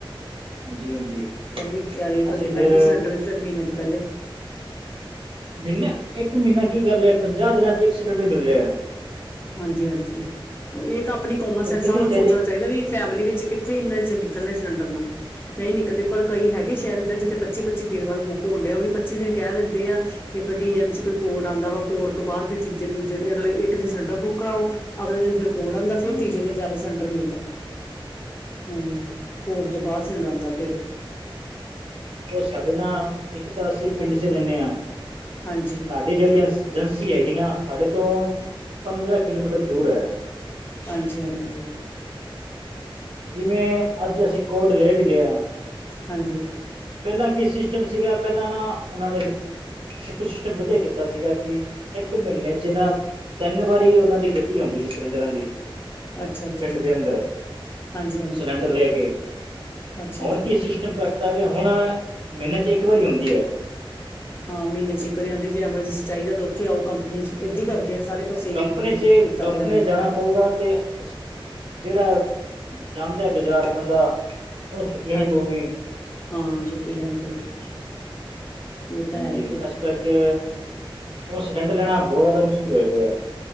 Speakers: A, on the right; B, on the left.
A: ਹਾਂਜੀ ਹਾਂਜੀ
B: ਪੂਰੀ ਤਿਆਰੀ ਕਰਨੀ
A: ਅਸੀਂ ਫਿਰ
B: ਪੈਂਦੀ, ਸਿਲੰਡਰ ਦੀ ਤੇ ਮਹੀਨੇ ਤੋਂ ਪਹਿਲੇ।
A: ਮਹੀਨਾ ਤਾਂ ਛੱਡੋ, ਹੁਣ ਤਾਂ ਪੰਜਾਹ ਦਿਨਾਂ ਵਿੱਚ ਇੱਕ ਸਿਲੰਡਰ ਮਿਲ ਰਿਆ।
B: ਹਾਂਜੀ, ਹਾਂਜੀ, ਇਹ ਤਾਂ ਆਪਣੀ ਕਾਮਨ ਸੈਂਸ
A: ਤਾਂ ਕਿੰਨੀ
B: ਆਂ। ਉਨ੍ਹਾਂ ਨੂੰ
A: ਤਿਆਰੀ
B: ਸੋਚਣਾ ਚਾਈਦਾ ਵੀ ਫੈਮਿਲੀ ਵਿੱਚ ਕਿੱਥੋਂ ਇੰਨਾ <unintelligible> ਸਿਲੰਡਰ ਨੂੰ। ਨਈਂ ਨਿਕਲਦੇ, ਪਰ ਕਈ ਹੈਗੇ ਸੈ਼ਰ੍ਹ ਇਦਾਂ ਜਿੱਥੇ ਪੱਚੀ-ਪੱਚੀ ਦਿਨਾਂ ਬਾਅਦ ਬੁੱਕ ਹੋਣ ਡਿਆ, ਉਹ ਵੀ ਪੱਚੀ ਦਿਨ ਕੈਅ ਦਿੰਦੇ ਆ। ਇੱਕ ਡੀਐਮਸੀ ਕੋਈ ਕੋਡ ਆਂਦਾ ਵਾ, ਕੋਡ ਤੋਂ ਬਾਅਦ ਫਿਰ ਤੀਜੇ-ਦੂਜੇ ਦਿਨ ਅਗਲੇ ਇੱਕ ਦਿਨ ਸਿਲੰਡ ਫੇਰ ਬੁੱਕ ਕਰਾਓ, ਅਗਲੇ ਦਿਨ ਕੋਡ ਆਂਦਾ
A: ਹੂੰ
B: ਤੇ ਫਿਰ ਤੀਜੇ ਦਿਨ ਜਾ ਕੇ ਸਿਲੰਡਰ ਮਿਲਦਾ। ਹਂ, ਕੋਡ ਤੋਂ ਬਾਅਦ ਸਿਲੰਡਰ ਆਂਦਾ ਫਿਰ।
A: ਉਹ ਸਾਡੇ ਨਾਲ ਇਕ ਤਾਂ ਅਸੀਂ ਪਿੰਡ
B: ਹਾਂਜੀ
A: ਚ ਰੇਣੇ ਆਂ।
B: ਹਾਂਜੀ
A: ਏ ਜੇੜੀ ਅਸ ਐਜੰਸੀ ਹੈਗੀ ਨਾ, ਉਹ ਸਾਡੇ ਤੋਂ ਪੰਦਰਾਂ ਕਿਲੋਮੀਟਰ ਦੂਰ ਐ।
B: ਹਾਂਜੀ ਹਾਂਜੀ
A: ਜਿਵੇਂ ਅੱਜ ਅਸੀਂ ਕੋਟ ਲੈ ਵੀ ਲਿਆ
B: ਹਾਂਜੀ।
A: ਪਹਿਲਾਂ ਕੀ ਸਿਸਟਮ ਸੀਗਾ, ਪਹਿਲਾਂ ਨਾ ਉਹਨਾਂ ਨੇ ਕੁਝ ਸਿਸਟਮ ਵਧੀਆ ਕੀਤਾ ਸੀਗਾ ਕਿ ਇੱਕ ਮੀਨ੍ਹੇ ਚ ਨਾ ਤਿੰਨ ਵਾਰੀ ਉਹਨਾਂ ਦੀ ਗੱਡੀ ਆਂਦੀ ਸੀ ਸਿਲੰਡਰਾਂ ਦੀ।
B: ਅੱਛਾ ਅੱਛਾ
A: ਪਿੰਡ ਦੇ ਅੰਦਰ
B: ਹਾਂਜੀ ਹਾਂਜੀ
A: ਸਿਲੰਡਰ ਲੈ ਕੇ।
B: ਅੱਛਾ
A: ਹੁਣ
B: ਜੀ
A: ਕੀ ਸਿਸਟਮ ਕਰਤਾ ਕੀ ਹੁਣ ਮਹੀਨੇ ਚ ਇੱਕ ਵਾਰੀ ਆਉਂਦੀ ਐ।
B: ਹਾਂ, ਮਹੀਨੇ ਵਿੱਚ ਇੱਕ ਵਾਰੀ ਆਉਂਦੀ ਜੇ ਐਮਰਜੰਸੀ ਚਾਈਦਾ ਤੇ ਉਥੇ ਆਓ ਕੰਪਨੀ ਚ ਇਦਾਂ ਈ ਕਰਦੇ ਆ ਸਾਰੇ। ਪਾਸੇ
A: ਕੰਪਨੀ
B: ਇਹੀ
A: ਚ
B: ਕੀਤਾ
A: ਕੰਪਨੀ
B: ਪਿਆ ਨੇ
A: ਜਾਣਾ ਪਊਗਾ ਤੇ। ਜਿਹੜਾ ਜਾਂਦਾ ਬਜ਼ਾਰ ਬੰਦਾ ਉਹਨੂੰ ਛੁੱਟੀ ਲੈਣੀ
B: ਹਾਂਜੀ,
A: ਪਊਗੀ
B: ਹਾਂ ਛੁੱਟੀ ਲੈਣੀ ਪਊਗੀ। ਇਹ ਤਾਂ
A: ਹਾਂ
B: ਹੈ
A: ਜੀ,
B: ਹੀ ਆ
A: ਇਸ ਕਰਕੇ ਹੁਣ ਸਿਲੰਡਰ ਲੈਣਾ ਬੋਹਤ ਜ਼ਿਆਦਾ ਮੁਸ਼ਕਲ ਹੋਇਆ ਪਿਆ।